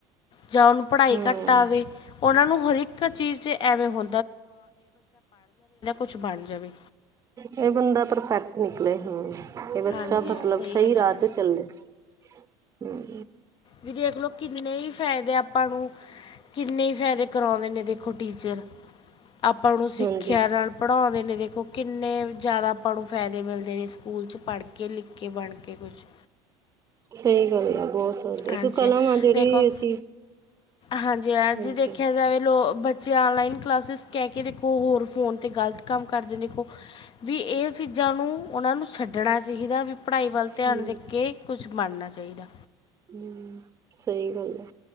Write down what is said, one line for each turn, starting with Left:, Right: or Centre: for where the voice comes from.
Left: ਜਾਂ ਉਹਨੂੰ ਪੜ੍ਹਾਈ
Right: ਹੂੰ
Left: ਘੱਟ ਆਵੇ ਉਹਨਾਂ ਨੂੰ ਹਰ ਇੱਕ ਚੀਜ਼ ਐਵੇਂ ਹੋ ਕੁਝ ਬਣ ਜਾਵੇ
Right: ਇਹ ਬੰਦਾ ਪਰਫੈਕਟ ਨਿਕਲੇ ਹਮ ਇਹ ਬੱਚਾ
Left: ਹਾਂਜੀ
Right: ਮਤਲਬ
Left: ਹਾਂ
Right: ਸਹੀ
Left: ਗੱਲ
Right: ਰਾਹ
Left: ਹੈ ਮੈਡਮ
Right: ਤੇ ਚੱਲੇ ਹਮ
Left: ਵੀ ਦੇਖਲੋ ਕਿੰਨੇ ਹੀ ਫਾਇਦੇ ਆਪਾਂ ਨੂੰ ਕਿੰਨੇ ਹੀ ਫਾਇਦੇ ਕਰਾਉਂਦੇ ਨੇ ਦੇਖੋ ਟੀਚਰ ਆਪਾਂ ਨੂੰ ਸਿੱਖਿਆ
Right: ਹਾਂਜੀ
Left: ਨਾਲ ਪੜ੍ਹਾਉਣ ਨੇ ਦੇਖੋ ਕਿੰਨੇ ਜ਼ਿਆਦਾ ਪਣ ਫਾਇਦੇ ਮਿਲਦੇ ਨੇ ਸਕੂਲ 'ਚ ਪੜ੍ਹ ਕੇ ਲਿਖ ਕੇ ਬਣ ਕੇ ਕੁਛ
Right: ਸਹੀ ਗੱਲ ਆ ਬਹੁਤ
Left: ਹਾਂਜੀ
Right: ਇੱਕ ਕਲਮ
Left: ਹਾਂ
Right: ਆ ਜਿਹੜੀ
Left: ਦੇਖੋ
Right: ਅਸੀਂ
Left: ਹਾਂਜੀ ਹੈ ਜੇ
Right: ਹਾਂਜੀ
Left: ਦੇਖਿਆ ਜਾਵੇ ਲੋ ਬੱਚੇ ਆਨਲਾਈਨ ਕਲਾਸਿਸ ਕਹਿ ਕੇੋ ਖ ਹੋਰ ਫੋਨ 'ਤੇ ਗਲਤ ਕੰਮ ਕਰਦੇ ਨੇ ਵੀ ਇਹ ਚੀਜ਼ਾਂ ਨੂੰ ਉਹਨਾਂ ਨੂੰ ਛੱਡਣਾ ਚਾਹੀਦਾ ਵੀ ਪੜ੍ਹਾਈ ਵੱਲ ਧਿਆਨ
Right: ਹੂੰ
Left: ਦੇ ਕੇ ਕੁਛ ਬਣਨਾ ਚਾਹੀਦਾ
Right: ਹਮ ਸਹੀ ਗੱਲ ਆ